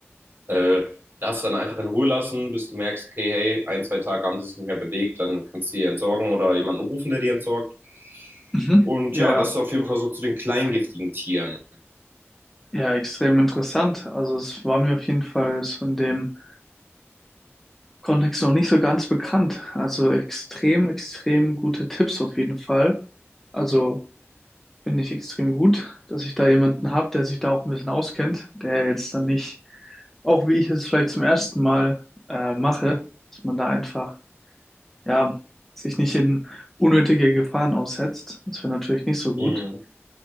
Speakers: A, on the right (about 50°); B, in the centre.
A: Äh, das dann einfach in Ruhe lassen, bis du merkst, okay, hey, ein, zwei Tage haben die sich nicht mehr bewegt, dann kannst du die entsorgen oder jemanden rufen, der die entsorgt.
B: Mhm.
A: Und
B: Ja,
A: ja, das ist auf jeden Fall so zu den kleingiftigen Tieren.
B: Ja, extrem interessant. Also es war mir auf jeden Fall so in dem Kontext noch nicht so ganz bekannt. Also extrem, extrem gute Tipps auf jeden Fall. Also finde ich extrem gut, dass ich da jemanden habe, der sich da auch ein bisschen auskennt, der jetzt dann nicht, auch wie ich es vielleicht zum ersten Mal äh, mache, dass man da einfach, ja, sich nicht in unnötige Gefahren aussetzt. Das wäre natürlich nicht so gut.
A: Mhm.